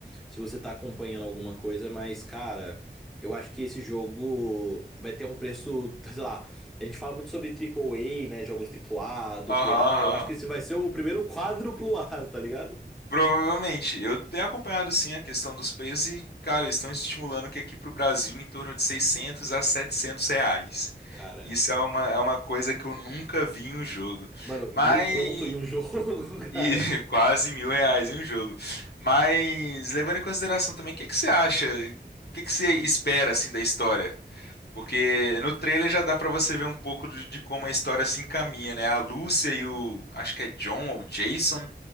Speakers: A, in the centre; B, on the left.
A: se você tá acompanhando alguma coisa, mas, cara, eu acho que esse jogo vai ter um preço, <laughs> sei lá. A gente fala muito sobre A, A A, né? Jogos A, A A, duplo
B: Aham,
A: A.
B: aham.
A: Eu acho que esse vai ser o primeiro quádruplo A, tá ligado?
B: Provavelmente. Eu tenho acompanhado sim a questão dos preços e, cara, estão estimulando que aqui para o Brasil em torno de 600 a 700 reais.
A: Cara,
B: Isso é uma, é uma coisa que eu nunca vi em um jogo.
A: mano,
B: Mas
A: mil conto em um jogo, <laughs> cara.
B: E <laughs> quase mil reais em um jogo. Mas levando em consideração também, o que que você acha? O que que você espera assim da história? Porque no trailer já dá pra você ver um pouco de, de como a história se encaminha, né? A Lúcia e o, acho que é John ou Jason,